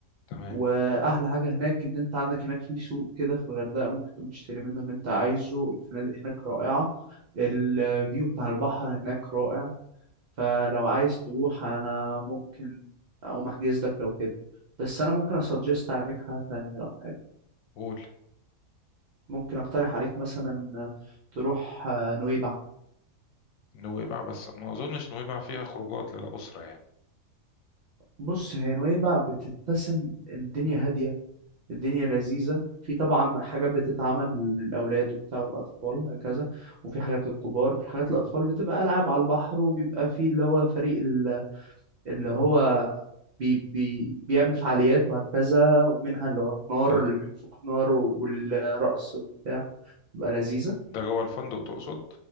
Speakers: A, on the left; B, on the right.
A: تمام
B: واحلى حاجه هناك ان انت عندك هناك في سوق كده في الغردقه ممكن تقوم تشتري منه اللي انت عايزه الفنادق هناك رائعه الفيو بتاع البحر هناك رائع فلو عايز تروح انا ممكن اقوم احجز لك لو كده بس انا ممكن اسجست عليك حاجه تانية لو حابب
A: قول
B: ممكن اقترح عليك مثلا تروح آه، نويبع
A: نويبع بس ما أظنش نويبع فيها خروجات للأسرة يعني
B: بص هي نويبع بتتسم الدنيا هاديه الدنيا لذيذة في طبعا حاجات بتتعمل للأولاد وبتاع والأطفال وهكذا وفي حاجات للكبار حاجات للأطفال بتبقى ألعاب على البحر وبيبقى في اللي هو فريق ال- اللي هو بي بي بيعمل فعاليات وهكذا ومنها اللي هو النار
A: لا،
B: اللي بينفخ نار و- والرقص وبتاع تبقى لذيذة
A: ده جوه الفندق تقصد؟